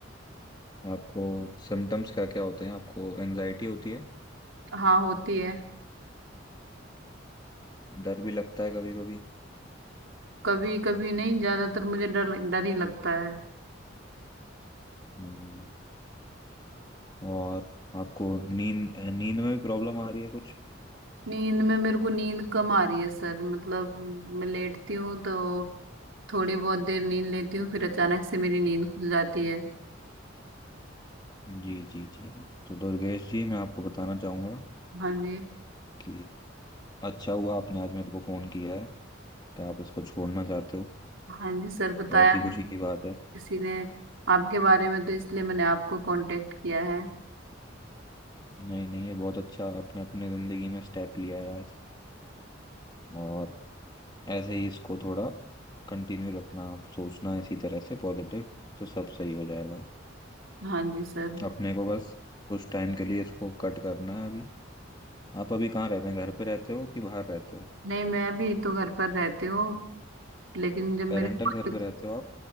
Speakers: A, on the left; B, on the right.
A: आपको सिम्टम्स क्या क्या होते हैं आपको एंजाइटी होती है
B: हाँ होती है
A: डर भी लगता है कभी कभी
B: कभी कभी नहीं ज्यादातर मुझे डर डर ही लगता है
A: हम्म, और आपको नींद नींद में भी प्रॉब्लम आ रही है कुछ
B: नींद में मेरे को नींद कम आ रही है सर मतलब मैं लेटती हूँ तो थोड़ी बहुत देर नींद लेती हूँ फिर अचानक से मेरी नींद खुल जाती है
A: जी जी जी तो दुर्गेश जी मैं आपको बताना चाहूंगा
B: हाँ जी
A: कि अच्छा हुआ आपने आज मेरे को फोन किया है कि आप इसको छोड़ना चाहते हो
B: हाँ जी सर बताया
A: बहुत ही
B: था
A: खुशी की बात है
B: किसी ने आपके बारे में तो इसलिए मैंने आपको कांटेक्ट किया है
A: नहीं नहीं ये बहुत अच्छा आपने अपने जिंदगी में स्टेप लिया है आज और ऐसे ही इसको थोड़ा कंटिन्यू रखना आप सोचना इसी तरह से पॉजिटिव तो सब सही हो जाएगा
B: हाँ जी सर
A: अपने को बस कुछ टाइम के लिए इसको कट करना है अभी आप अभी कहाँ रहते हैं घर पे रहते हो कि बाहर रहते हो
B: नहीं मैं अभी तो घर पर रहती हूँ लेकिन जब मेरे
A: पेरेंटल
B: कॉलेज
A: घर पे रहते हो आप